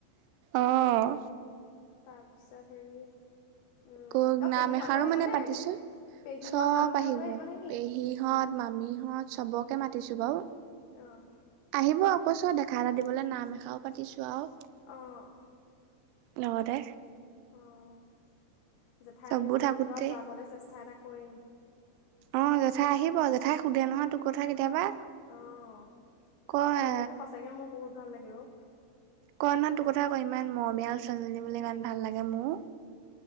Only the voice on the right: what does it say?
অ',
কক
নাম
এষাৰো
মানে পাতিছো,
চব
আহিব
পেহী সিহত মামিহঁত চবকে মাতিছো বাৰু,
আহিব কৈছোঁ <unintelligible> এটা দিবলৈ নাম এষাও পাতিছোঁ আৰু
লগতে।
চববোৰ
থাকোতে
অ', জেঠাই আহিব জেঠাই সোধে নহয় তোৰ কথা কেতিয়াবা।
কয়
কয় নহয় তোৰ কথা আকৌ ইমান মৰমীয়াল ছোৱালীজনী বুলে ইমান ভাল লাগে মোৰ।